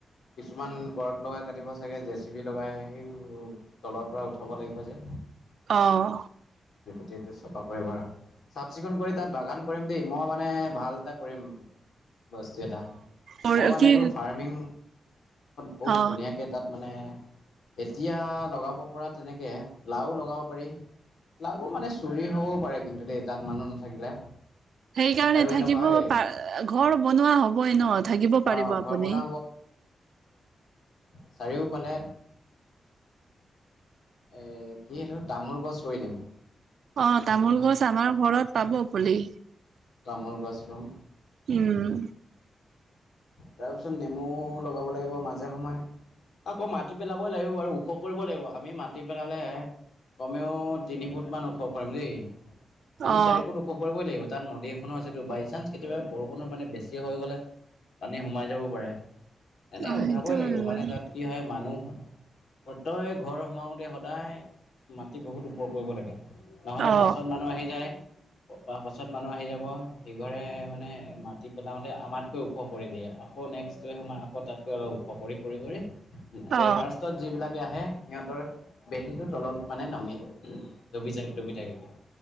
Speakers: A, on the left; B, on the right.
A: কিছুমান কৰৰত লগাই কাটিব চাগে জেচিপি লগাই তলৰ পৰা উঠাব লাগিব যে।
B: অহ।
A: য চফা কৰিব আৰু চাফ চিকুণ কৰি তাত বাগান কৰিম দেই মই মানে ভাল এটা। কৰিম বস্তু এটা
B: অ
A: মই মানে
B: কি
A: এইবোৰ ফাৰ্মিং। বহুত
B: অ
A: ধুনীয়াকে তাত মানে। এতিয়া লগাব পৰা তেনেকে লাও লগাব পাৰি লাও মানে চুৰি হবও পাৰে কিন্তু দেই তাত মানুহ নাথাকিলে
B: সেইকাৰণে
A: আৰু
B: থাকিব
A: এনেকুৱা এই
B: পা ঘৰ বনোৱা হবই ন থাকিব পাৰিব
A: অ'
B: আপুনি
A: ঘৰ বনোৱা চাৰিও ফালে এ কি এইটো তামোল গছ ৰুই দিম
B: অ তামোল গছ আমাৰ ঘৰত পাব পুলি
A: তামোল গছ ৰুম
B: উম
A: তাৰপিছত নেমু লগাব লাগিব মাজে সময়ে আকৌ মাতি পেলাবই লাগিব বাৰু ওখ কৰিব লাগিব আমি মাটি পেলালে কমেও তিনি ফুট মান ওখ কৰিম দেই তিনি
B: অ
A: চাৰি ফুট ওখ কৰিবই লাগিব তাত নদী এখনো আছেটো বাই চান্স কেতিয়াবা বৰষুণৰ পানী বেছি হৈ গ'লে পানী সোমাই যাব পাৰে এনেই
B: অ
A: উঠাবই
B: সেইটো
A: লাগিব
B: হৈ গ'ল
A: মানে তাত কি হয় মানুহ প্ৰতেক ঘৰ সোমাওতে সদায় মাটি বহুত ওপৰ কৰিব লাগে নহলে
B: অ
A: পাছত মানুহ আহি যায় পাছত মানুহ আহি যাব সিঘৰে মানে মাটি পেলাওতে আমাতকৈও ওখ কৰি দিয়ে আকৌ নেক্সট টোৱে সোমাই আকৌ তাতকৈ অলপ ওখ কৰি কৰি কৰি
B: অ
A: এই ফাৰ্ষ্টত যিবিলাকে আহে সিহঁতৰ ভেঁটিটো তলত মানে নামি ডবি থাক ডবি থাকে